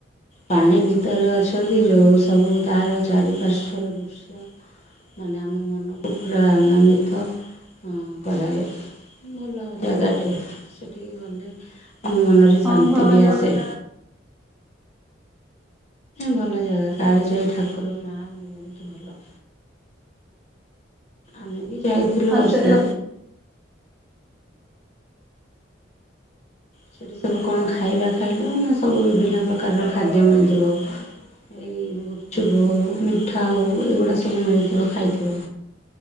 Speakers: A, on the left; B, in the centre.
A: ପାଣି ଭି ତର ଅଛନ୍ତି ଯେଉଁ ସବୁ ତାର ଚାରି ପାଶ୍ବର ଦୃଶ୍ୟ ମାନେ ଆମ ମନକୁ ପୁରା ଆନନ୍ଦିତ ହଁ କରାଏ ଭଲ ଜାଗାଟେ ସେଠିକି ଗଲେ ଆମ ମନ ଶାନ୍ତି
B: ହଁ ଭଲ
A: ବି
B: ଜାଗାଟା
A: ଆସେ। ଭଲ ଜାଗା କାଳିଜାଇ ଠାକୁର ମା ବହୁତ ଭଲ। ଆମେ ବି ଯାଇଥିଲୁ
B: ଆଉ
A: ବର୍ଷ
B: ସେ
A: ସେଠି ସବୁ କଣ ଖାଇବା ଖାଇଲ ନା ସବୁ ବିଭିନ୍ନ ପ୍ରକାରର ଖାଦ୍ୟ ମିଳିଥିବ। ଏଇ ଗୁପଚୁପ ହେଉ ମିଠା ହେଉ ଏଗୁଡ଼ା ସବୁ ମିଳିଥିବ ଖାଇଥିବ?